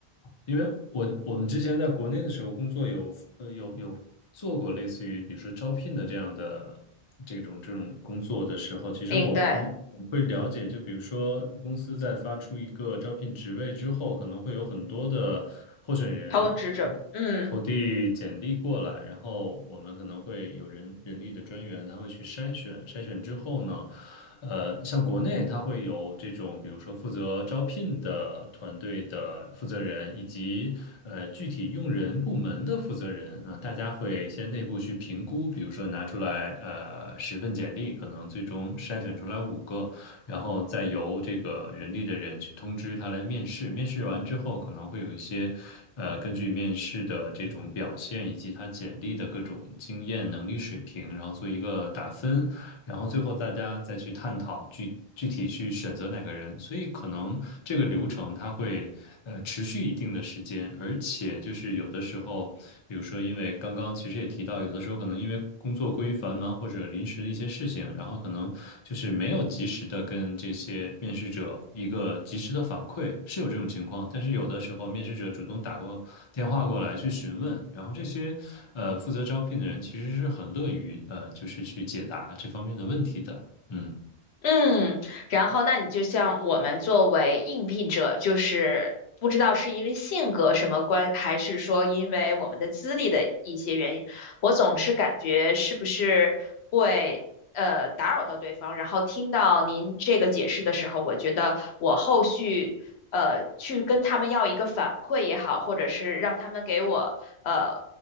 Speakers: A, on the left (about 40°); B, on the left (about 70°).
A: 因为我我们之前在国内的时候工作有呃有有做过类似于比如说招聘的这样的这种这种工作的时候，其实我们我们会了解，
B: 明白，
A: 就比如说公司在发出一个招聘职位之后，可能会有很多的候选人投递投递简历过来，
B: 投资职者，嗯。
A: 然后我们可能会有人人力的专员，他会去筛选，筛选之后呢。呃，像国内它会有这种，比如说负责招聘的团队的负责人，以及呃具体用人部门的负责人啊，大家会先内部去评估，比如说拿出来呃十份简历，可能最终筛选出来五个，然后再由这个人力的人去通知他来面试。面试完之后，可能会有一些呃根据面试的这种表现以及他简历的各种经验能力水平，然后做一个打分。然后最后大家再去探讨具具体去选择哪个人，所以可能这个流程它会呃持续一定的时间，而且就是有的时候，比如说因为刚刚其实也提到，有的时候可能因为工作过于繁忙或者临时的一些事情，然后。可能就是没有及时的跟这些面试者一个及时的反馈，是有这种情况。但是有的时候，面试者主动打过电话过来去询问，然后这些呃负责招聘的人其实是很乐于呃就是去解答这方面的问题的。嗯
B: 嗯，然后那你就像我们作为应聘者，就是不知道是因为性格什么关，还是说因为我们的资历的一些原因，我总是感觉是不是会呃打扰到对方。然后听到您这个解释的时候，我觉得我后续呃去跟他们要一个反馈也好，或者是让他们给我呃